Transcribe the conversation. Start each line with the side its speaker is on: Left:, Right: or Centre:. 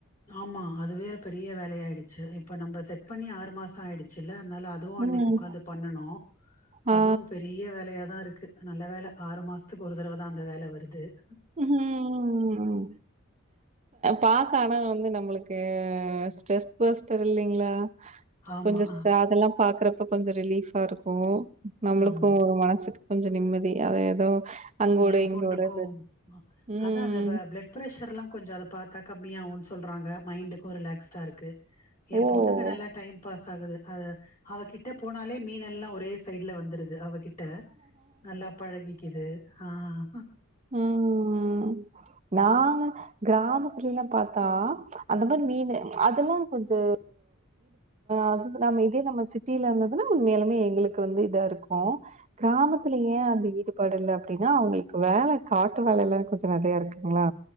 Left: ஆமா அதுவேற பெரிய வேலையாயிடுச்சு இப்ப நம்ம செட் பண்ணி ஆறு மாசம் ஆயிடுச்சு அதுவும் அன்னைக்கு
Right: ம்.
Left: உக்காந்து பண்ணுணோம்
Right: ஆ.
Left: அதுவும் பெரிய வேலையா தான் இருக்கு நல்ல வேலை ஆறு மாசத்துக்கு ஒரு தடவை தான் அந்த வேலை வருது <inaudible>
Right: ம்ஹ்ம். பாக்க ஆனா வந்து நம்மளுக்கு ஸ்ட்ரெஸ் பேஸ்டர்ல்லலைங்களா
Left: ஆமா,
Right: கொஞ்சம் அதெல்லாம் பாக்குற இப்ப கொஞ்சம் ரிலீபா இருக்கும் நம்மளுக்கும்
Left: ஆமா.
Right: ஒரு மனசுக்கு கொஞ்சம் நிம்மதி அத ஏதோ அங்கோட,
Left: ஏன்
Right: இங்கோட
Left: பொண்ணுக்கும்
Right: இது. ம்.
Left: அதான் அந்த பிளட் ப்ரஷர் எல்லாம் கொஞ்சம் அத பார்த்தா கம்மியாகும்னு சொல்றாங்க மைண்டுக்கும் ரிலாக்ஸ் இருக்கு என்
Right: ஓ!
Left: பொண்ணுக்கு நல்லா டைம் பாஸ் ஆகுது அ அவகிட்ட போனாலே மீன எல்லாம் ஒரே சைட்ல வந்துருது அவகிட்ட நல்லா பழகிக்குது ஆஹ்
Right: உம் நாங்க கிராமத்துல எல்லாம் பார்த்தா அந்த மாதிரி மீன் அதெல்லாம் கொஞ்சம் அது நம்ம இதே நம்ம சிட்டியில இருந்ததுன்னா உண்மையலுமே எங்களுக்கு வந்து இதா இருக்கும் கிராமத்துல ஏன் அது ஈடுபாடு இல்லை அப்படின்னா அவங்களுக்கு வேலை காட்டு வாலை எல்லாரும் கொஞ்சம் நிறைய இருக்குங்களா